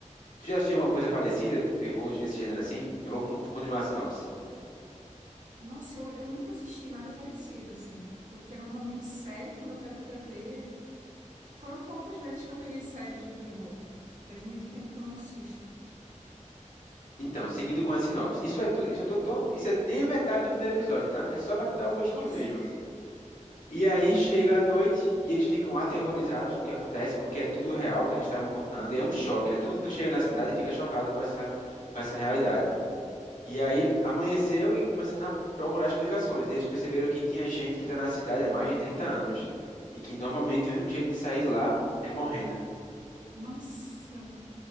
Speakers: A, on the left (about 85°); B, on the right (about 75°).
A: Tu já assistiu alguma coisa parecida com terror, esse gênero assim? Eu vou con- continuar a sinopse.
B: Nossa, eu, eu nunca assisti nada parecido, assim. Porque normalmente série, quando eu pego pra ver. Foram poucas vezes que eu peguei séries de terror. Faz muito tempo que eu não assisto.
A: Então, seguindo com a sinopse. Isso é tudo, isso, é tudo tão- isso é nem a metade do primeiro episódio, tá? É só pra te dar o gostinho
B: Nossa,
A: mesmo. E aí chega a noite e eles ficam aterrorizados com o que acontece, porque é tudo real que eles estavam contando, e é um choque, né? Todo mundo chega na cidade e fica chocado com essa, com essa realidade. E aí amanheceu e começaram a procurar explicações. E eles perceberam que tinha gente que tá na cidade há mais de 30 anos, e que normalmente o único jeito de sair de lá é morrendo.
B: nossa.